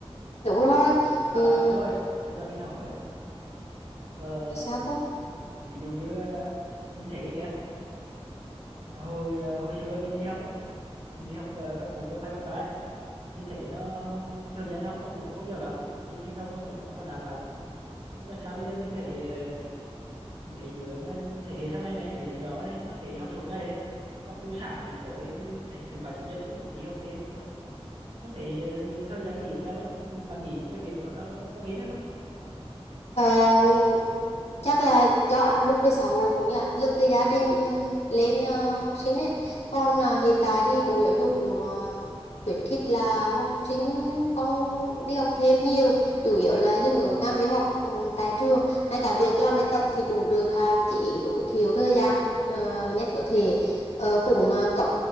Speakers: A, on the left; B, on the right.
A: đúng rồi
B: à
A: Ừm,
B: thưa ơi cho cho mình hỏi với ờ,
A: sao Phúc
B: ví dụ như ờ, mình thấy kìa hồi ờ, hồi xưa mình đi học ấy mình đi học ờ, cấp một cấp 2 cấp 3 ấy mình thấy nó thời gian học nó cũng không nhiều lắm chương trình học nó cũng không có nặng lắm nhưng mà sao bây giờ mình thấy ờ, mấy đứa mà thế hệ sau này này mấy đứa nhỏ này nó thấy học suốt ngày đấy học từ sáng đến tối rồi thấy thứ bảy chủ nhật cuối cùng đi học thêm học bữa không thể ờ, được thời gian nghỉ ở nhà luôn bạn nghĩ cái việc đó nó có có nên hay không
A: Ờ, chắc là do áp lực về xã hội cũng như áp lực về gia đình ừm, lên ờ, học sinh ấy còn ờ, hiện tại thì Bộ Giáo dục cũng ờ, khuyến khích là học sinh không đi học thêm nhiều chủ yếu là dừng ở các việc học ừm, tại trường ngay cả việc làm bài tập thì cũng được hạn chế tối thiểu thời gian ờ, nhất có thể Ờ, cũng ờ, cấm